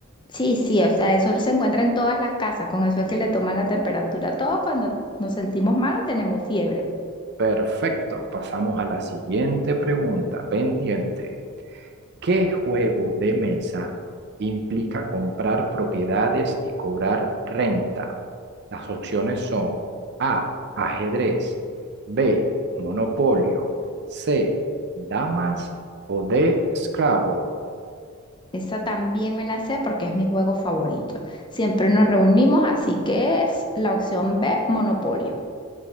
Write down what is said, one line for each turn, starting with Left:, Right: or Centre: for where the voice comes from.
Left: Sí, sí, o sea, eso se encuentra en todas las casas, con eso es que le toman la temperatura. Todos cuando nos sentimos mal o tenemos fiebre.
Right: Perfecto. Pasamos a la siguiente pregunta pendiente. ¿Qué juego de mesa implica comprar propiedades y cobrar renta? Las opciones son A, ajedrez, B, monopolio, C, damas o D, Scrabble.
Left: Esa también me la sé porque es mi juego favorito. Siempre nos reunimos, así que es la opción B, Monopolio.